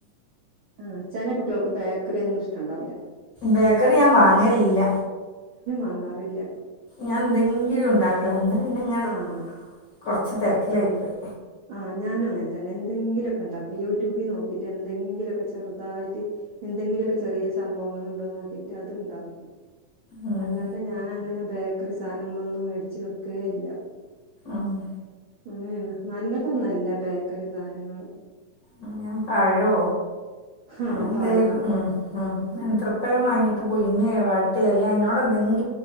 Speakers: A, on the right (about 75°); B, on the left (about 55°).
A: ആഹ് ചെല കുട്ടികൾക്ക് ബേക്കറി ഒന്നും ഇഷ്ടണ്ടാവൂല്ല
B: ബേക്കറി ഞാൻ വാങ്ങലില്ല
A: വാങ്ങാറില്ല്യ
B: ഞാൻ എന്തെങ്കിലും ഉണ്ടാക്കല ഇന്ന് പിന്നെ ഇങ്ങനെ
A: ആഹ്
B: കൊറച്ച് തെര്ക്കിലായി പോയി
A: ആ ഞാനും അങ്ങനെ തന്നെ എന്തെങ്കിലൊക്കെ ഇണ്ടാക്കും യൂട്യൂബിൽ നോക്കിയിട്ട് എന്തെങ്കിലൊക്കെ ചെറുതായിട്ട് എന്തെങ്കിലൊക്കെ ചെറിയ സംഭവങ്ങള്ണ്ടോ നോക്കീട്ട് അത് ഇണ്ടാക്കും
B: ഉം.
A: അല്ലാണ്ട് ഞാനങ്ങനെ ബേക്കറി സാനങ്ങളൊന്നും മേടിച്ചു വെക്കേ ഇല്ല
B: ആഹാ
A: അങ്ങനേണ് നല്ലതൊന്നും അല്ല ബേക്കറി സാനങ്ങള്
B: ആ ഞാൻ പഴോ
A: ആഹ്
B: അങ്ങനെന്തേലും
A: പഴം
B: ഉം
A: ആഹ്
B: ഉ
A: ഉം
B: നേന്ത്രപ്പഴം
A: അങ്ങനെ
B: വാങ്ങിയിട്ട് പുഴുങ്ങേ വാട്ടേ അല്ലേൽ അയിനോടെന്തെങ്കിലും